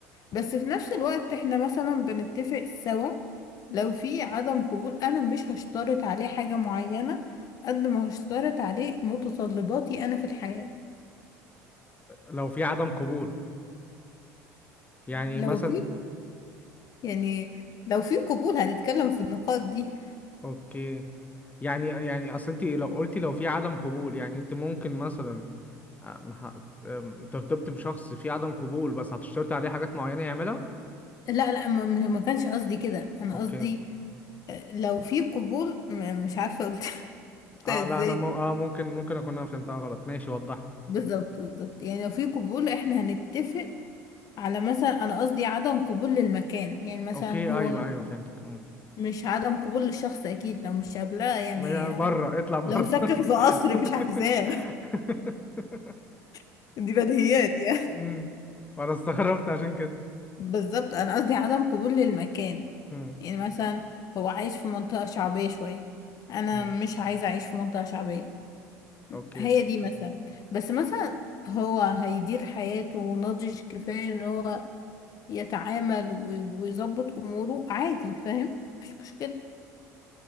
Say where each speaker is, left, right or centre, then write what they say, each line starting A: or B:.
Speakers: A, on the left (about 45°); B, on the left (about 20°).
A: بس في نفس الوقت احنا مثلا بنتفق سوا لو في عدم قبول انا مش هشترط عليه حاجة معينة قد ما هشترط عليه متطلباتي انا في الحياة
B: لو في عدم قبول يعني
A: لو
B: مثلا
A: في يعني لو في قبول هنتكلم في النقاط دي
B: اوكي يعني يعني اصل انت لو قلتي لو في عدم قبول يعني انت ممكن مثلا أم، هت- أم، ترتبطي بشخص في عدم قبول بس هتشترطي عليه حاجات معينة يعملها
A: لا لا ما, ما كانش قصدي كده انا
B: اوكي
A: قصدي آه، لو في قبول م- مش عارفة قلت <laughs> قلتها
B: اه
A: ازاي
B: لا انا م...
A: دي
B: اه ممكن ممكن اكون انا فهمتها غلط ماشي وضحت
A: بالظبط بالظبط يعني لو في قبول احنا هنتفق على مثلا انا قصدي عدم قبول للمكان يعني مثلا
B: اوكي
A: هو
B: ايوه ايوه فهمتك مم.
A: مش عدم قبول للشخص اكيد لو مش قابلاه يعني
B: ما- بره اطلع بره
A: لو ساكن
B: <laughs>
A: في قصر مش عايزاه <laughs> دي بديهيات يعني
B: مم. انا استغربت عشان كده
A: بالظبط انا قصدي عدم قبول للمكان
B: مم.
A: يعني مثلا هو عايش في منطقة شعبية شوية انا
B: مم.
A: مش عايزة اعيش في منطقة شعبية
B: اوكي
A: هي دي مثلا بس مثلا هو هيدير حياته ناضج كفاية ان هو يتعامل وي- ويظبط اموره عادي فاهم مفيش مشكلة